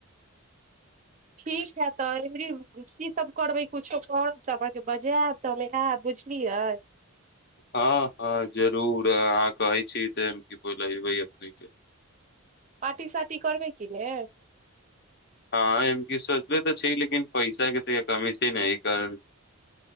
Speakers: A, on the right; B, on the left.
A: ठीक है तऽ एमरी कीसभ करबै किछो करब तऽ अहाँके बजायब तऽ हम आयब बुझलियै
B: हँ हँ जरूर अहाँ कहै छी त कि बोलबे अपने के
A: पार्टी साटी करबै कि ने
B: हँ ए कि सोचबे तऽ छै लेकिन पैसा के तऽ कमी छै ने ई कारण